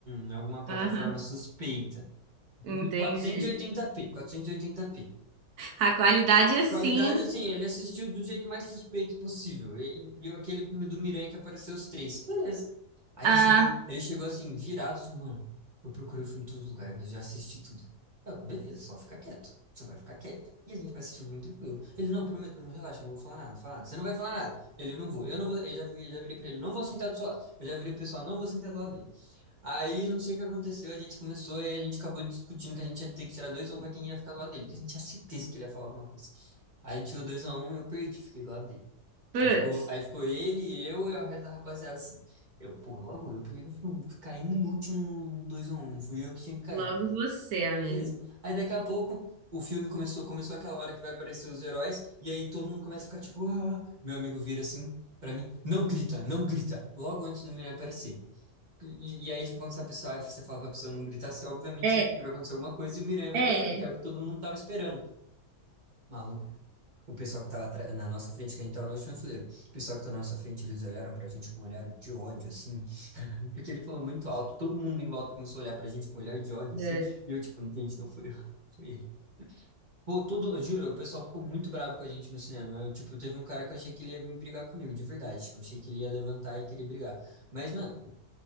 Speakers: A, on the right; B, on the right.
A: em alguma plataforma
B: Aham.
A: suspeita.
B: Entendi.
A: E Em 480p, 480p.
B: A qualidade é assim.
A: Qualidade, assim, ele assistiu do jeito mais suspeito possível. Ele viu aquele filme do Miranha que apareceu os três. Beleza. Aí
B: ah,
A: ele chegou, ele chegou assim, virado, assim, mano, eu procurei o filme em todos os lugares, mas já assisti tudo. Eu, beleza, só fica quieto. Você vai ficar quieto. E a gente vai assistir o filme tranquilo. Ele, não, prometo, não relaxa, eu não vou falar nada, não vou falar nada. Você não vai falar nada. Ele, não vou, eu não vou. Eu já, vi- já virei pra ele, não vou sentar do seu lado. Eu já virei pro pessoal, não vou sentar do lado dele. Aí não sei o que aconteceu, a gente começou e a gente acabou discutindo que a gente ia ter que tirar dois x 1 pra quem ia ficar do lado dele, porque a gente tinha certeza que ele ia falar alguma coisa. Aí a gente tirou dois x 1 e eu perdi, fiquei do lado dele.
B: Putz,
A: Aí ficou, aí ficou ele, eu e o resto da rapaziada assim. Eu, porra, logo eu, porque eu fui cair no último no 2x1, fui eu que tinha que cair.
B: logo você, amigo.
A: Beleza. Aí daqui a pouco o filme começou, começou aquela hora que vai aparecer os heróis, e aí todo mundo começa a ficar tipo, ah, meu amigo vira assim. Pra mim, não grita, não grita, logo antes do Miranha aparecer. E, e aí, tipo, quando essa pessoa, você fala pra pessoa não gritar, você obviamente
B: É,
A: é porque vai acontecer alguma coisa e o Miranha vai
B: é.
A: perceber, que é o que todo mundo tava esperando. Maluco, o pessoal que tava atra- na nossa frente, que a gente tava na última fileira, o pessoal que tá na nossa frente, eles olharam pra gente com um olhar de ódio, assim, porque ele falou muito alto, todo mundo em volta começou a olhar pra gente com um olhar de ódio,
B: Putz.
A: assim, e eu, tipo, gente, não foi eu, <laughs> foi ele. Pô, todo, eu juro, o pessoal ficou muito bravo com a gente no cinema. Eu, tipo, teve um cara que eu achei que ele ia vir brigar comigo, de verdade. Tipo, achei que ele ia levantar e querer brigar. Mas, mano.